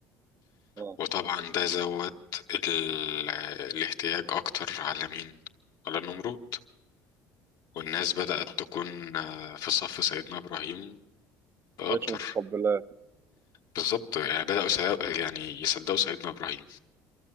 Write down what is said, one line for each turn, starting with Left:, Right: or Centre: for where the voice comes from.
Right: اه
Left: وطبعا ده زود ال... الاحتياج اكتر على مين على النمرود والناس بدأت تكون آه، في صف سيدنا ابراهيم اكتر
Right: مبقتش متقبلاه
Left: بالظبط يعني بدأوا سي... يعني يصدقوا سيدنا ابراهيم